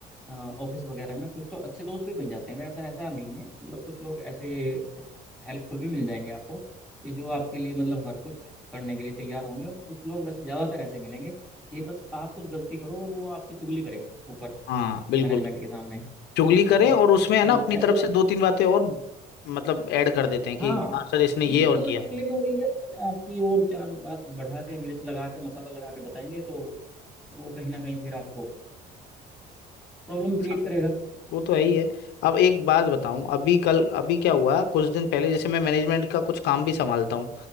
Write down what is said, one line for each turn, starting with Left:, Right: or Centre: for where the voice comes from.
Centre: ऑफिस वगैरह में कुछ तो अच्छे दोस्त भी बन जाते हैं वैसा ऐसा नहीं है मतलब कुछ लोग ऐसे हेल्पफुल भी मिल जाएंगे आपको कि जो आपके लिए मतलब हर कुछ करने के लिए तैयार होंगे और कुछ लोग वैसे ज़्यादातर ऐसे मिलेंगे कि बस आप कुछ गलती करो और वो आपकी चुगली करें ऊपर
Left: हाँ बिल्कुल
Centre: मैनेजमेंट के सामने है
Left: चुगली करें
Centre: ना
Left: और उसमें है
Centre: तो
Left: ना अपनी
Centre: ऐसे
Left: तरफ
Centre: लोग
Left: से दो तीन बातें और मतलब ऐड कर देते हैं
Centre: हाँ
Left: कि हाँ सर इसने ये
Centre: वही
Left: और
Centre: मतलब
Left: किया
Centre: चुगली में वही है कि आपकी और चार बात बढ़ा के मिर्च लगा के मसाला लगा के बताएंगे तो वो कहीं ना कहीं फिर आपको प्रॉब्लम
Left: पसंद
Centre: क्रिएट
Left: है।
Centre: करेगा
Left: वो तो है ही है अब एक बात बताऊं अभी कल अभी क्या हुआ कुछ दिन पहले जैसे मैं मैनेजमेंट का कुछ काम भी संभालता हूँ